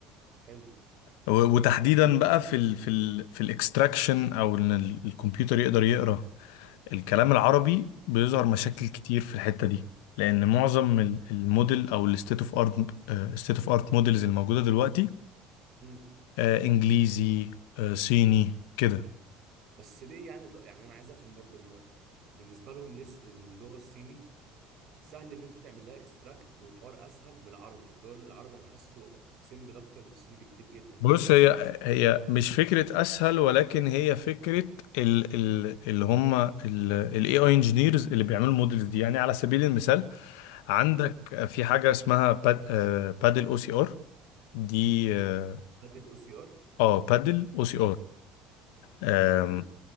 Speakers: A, on the right; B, on the left.
A: حلو
B: و- وتحديدا بقى في ال في ال في الاكستراكشن او ان ال- الكمبيوتر يقدر يقرا الكلام العربي بيظهر مشاكل كتير في الحتة دي لأن معظم ال- الموديل أو الستيت اوف ارت ستيت اوف ارت موديلز الموجودة دلوقتي
A: امم
B: آه، إنجليزي آه، صيني كده
A: بس ليه يعني يعني انا عايز افهم برضه هم بالنسبه لهم ليه الس- اللغه الصيني سهل ان انت تعمل لها اكستراكت والحوار اسهل من العربي اللي هو العربي انا حاسه سيمبل اكتر من الصيني بكتير جدا يعني
B: بص
A: انت
B: هي هي مش فكرة أسهل ولكن هي فكرة ال ال اللي هم ال AI engineers اللي بيعملوا الموديلز دي يعني على سبيل المثال عندك
A: امم
B: في حاجة اسمها باد بادل او سي ار دي اه
A: بدل الاو سي ار
B: آه، بادل او سي ار
A: امم